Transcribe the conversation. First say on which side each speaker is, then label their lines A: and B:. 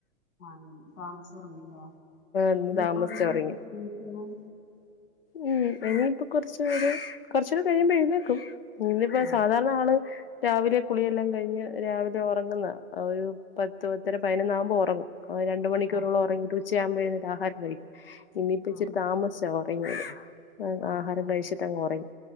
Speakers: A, on the left (about 70°); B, on the left (about 45°).
A: ആ താമസിച്ചുറങ്ങില്ലേ
B: ഇന്ന്
A: ഇനിയിപ്പറ
B: താമസിച്ചാ
A: ങ്ങിയ
B: ഉറങ്ങിയെ
A: <inaudible>
B: ഉം ഇനി ഇപ്പൊ കുറച്ചര് കുറച്ചൂടെ കഴിയുമ്പോ എഴുന്നേക്കും ഇന്നിപ്പോ
A: ആഹ്
B: സാധാരണ ആള് രാവിലെ കുളിയെല്ലാം കഴിഞ്ഞ് രാവിലെ ഉറങ്ങുന്ന ഒരു പത്ത് പത്തര പതിനൊന്നാകുമ്പോൾ ഉറങ്ങും രണ്ടു മണിക്കൂറോളം
A: ആഹ്
B: ഉറങ്ങിട്ട് ഉച്ചയാകുമ്പോ എഴുന്നേറ്റ് ആഹാരം കഴിക്കും. ഇന്നിപ്പ ഇച്ചിരി
A: ആഹ്
B: താമസിച്ചാ ഉറങ്ങിയത് അ
A: ആഹ്
B: ആഹാരം
A: ആഹ്
B: കഴിച്ചിട്ട് അങ്ങ് ഉറങ്ങി.